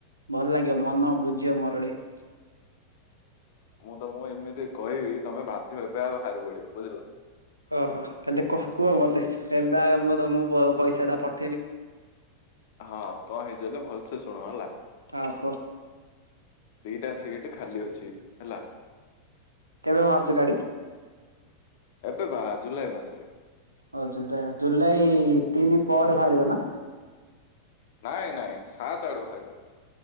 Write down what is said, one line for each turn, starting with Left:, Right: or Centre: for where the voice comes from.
Right: ଭଲ ଲାଗିବ ମନ ବୁଝିବ ମୋର ଟିକେ ।
Left: ତ ମୁଁ ଏମିତି କହିବି ତମେ ବାଧ୍ୟ ଏବେ ବାହାରି ପଡିବ ବୁଝିଲ।
Right: ଓହୋ ତାହେଲେ କୁହ ମତେ ଏବେ ମୁଁ ତମକୁ ପଇସା ଟା ପଠେ
Left: ହଁ କଣ ହେଇଛି ବଲେ ଭଲସେ ଶୁଣ ହେଲା
Right: ହଁ କୁହ
Left: ଦିଟା ସିଟ ଖାଲି ଅଛି ହେଲା ।
Right: କେବେ ବାହାରୁଛି ଗାଡି?
Left: ଏବେ ବା ଜୁଲାଇ ମାସରେ ।
Right: ହଁ ଜୁଲାଇ ମାସ ଜୁଲାଇ ତିନି ପରେ ବାହାରିବ ନା
Left: ନାଇଁ ନାଇଁ ସାତ ଆଡ଼କୁ ବାହାରିବ।